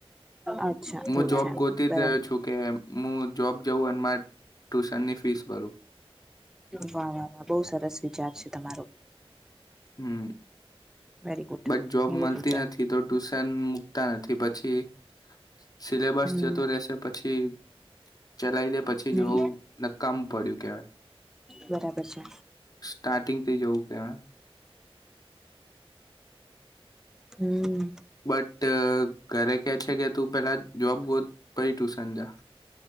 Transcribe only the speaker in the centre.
અચ્છા એવું
છે એમ
બરાબર.
વાહ વાહ વાહ બઉ સરસ વિચાર છે તમારો.
વેરી ગુડ
એવો
જ વિચારો
હમ
હમ.
બરાબર છે.
હમ